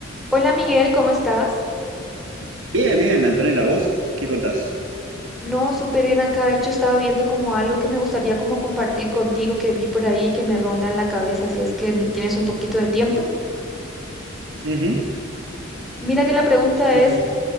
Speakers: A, in the centre; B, on the right.
A: Hola Miguel, ¿cómo estás?
B: Bien, bien, Antonella, ¿vos qué contás?
A: No, súper bien acá. De hecho, estaba viendo como algo que me gustaría como compartir contigo que vi por ahí que me ronda en la cabeza, si es que n- tienes un poquito de tiempo.
B: Ujú,
A: Mira que la pregunta
B: Sí,
A: es
B: sí.